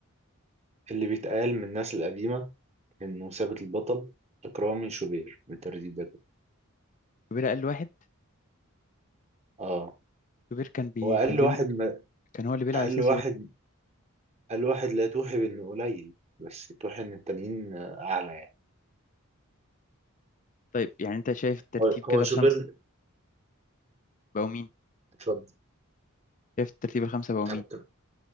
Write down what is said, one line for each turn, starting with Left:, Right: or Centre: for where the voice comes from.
Right: اللي بيتقال من الناس القديمة إنه ثابت البطل إكرامي شوبير بالترتيب ده كده.
Left: شوبير اقل واحد
Right: اه
Left: شوبير كان بيخليهم
Right: هو أقل واحد ما
Left: كان هو اللي بيلعب
Right: أقل
Left: اساسي
Right: واحد
Left: وهو
Right: الواحد لا توحي بانه قليل بس توحي ان التانيين آه، اعلى يعني
Left: طيب يعني انت شايف الترتيب
Right: هو هو
Left: كده الخمسه
Right: شوبير
Left: بقوا مين
Right: اتفضل
Left: شايف الترتيب الخمسه بقوا مين
Right: أنا كنت